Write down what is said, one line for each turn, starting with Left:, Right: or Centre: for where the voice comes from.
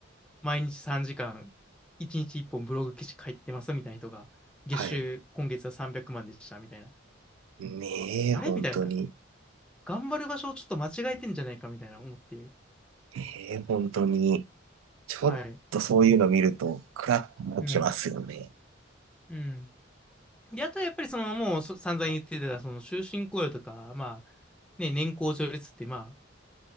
Centre: 毎日3時間、1日1本ブログ記事書いてますみたいな人が、月収今月は300万でしたみたいな。
Right: はい。ねえ、
Centre: あれみたいな、
Right: 本当に。
Centre: なんか頑張る場所をちょっと間違えてんじゃないかみたいな思って、
Right: ねえ、本当に。ちょっとそういうの見ると、
Centre: はい。
Right: クラッときますよね。
Centre: うん。うんで、あとはやっぱりそのもうそ散々言ってたその終身雇用とか、まあね、年功序列ってまあ